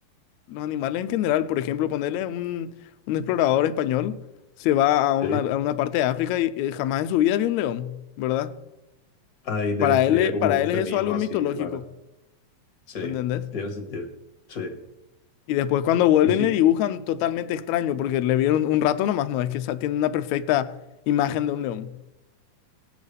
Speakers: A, on the left (about 80°); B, on the left (about 30°).
A: Los animales en general, por ejemplo, ponerle un, un explorador español, se va a una,
B: Sí.
A: a una parte de África y, eh, jamás en su vida vio un león, ¿verdad?
B: Ahí le
A: Para
B: describe
A: él, e-
B: como
A: para
B: un
A: él
B: felino
A: es eso algo
B: así,
A: mitológico,
B: raro. Sí,
A: ¿entendés?
B: tiene sentido. Sí.
A: Y después cuando vuelven
B: Y sí,
A: le dibujan totalmente extraño porque le vieron un rato nomás, no es que esa- tiene una perfecta imagen de un león.